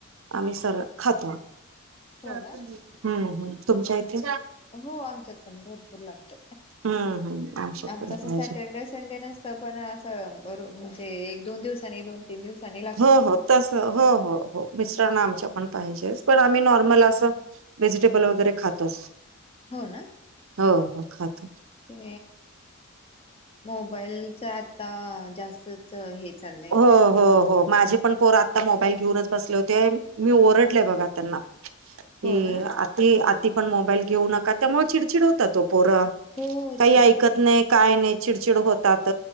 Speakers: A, on the right (about 65°); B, on the left (about 25°).
A: आम्ही सरळ खातो
B: हो
A: ह
B: ना?
A: तुमच्या इथे.
B: हो आमच्यात पण भरपूर लागत
A: हम्म हम्म आमच्यात
B: आमच
A: पण
B: अस
A: पाहिजे
B: सॅटरडे संडे नसत पण असं म्हणजे एक दोन दिवस आणि दोन ती दिवसनी
A: हो हो तस हो हो हो. मिश्रां आमच्या पण पाहिजेच पण आम्ही नॉर्मल असं व्हेजिटेबल वगैरे खातोच.
B: हो ना.
A: हो हो खातो.
B: ते मोबाईलच आता जास्तच हे. चाललंय
A: हो
B: न्यूज
A: हो हो
B: वगैरे
A: माझे पण पोरात आता मोबाईल घेऊनच बसले होते मी ओरडले बघा त्यांना की
B: हो ना
A: त आता पण मोबाईल घेऊ नका. त्यामुळे चिडचिड होतात तो पोरं
B: हो हो
A: काही
B: चिडचिड
A: ऐकत
B: होते
A: नाही काय नाही. चिडचिड होतात